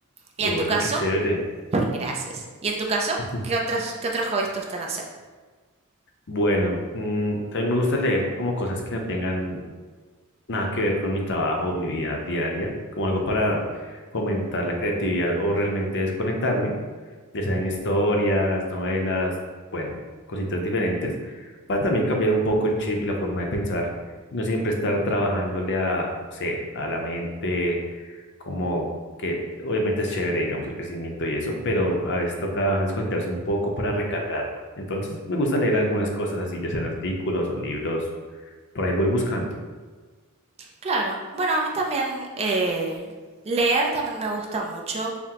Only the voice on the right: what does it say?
¿Y
en tu caso?
<laughs> Gracias. ¿Y en tu caso?
¿Qué otras, qué otros hobbies te gustan hacer?
Claro, bueno, a mí también eh, leer también me gusta mucho.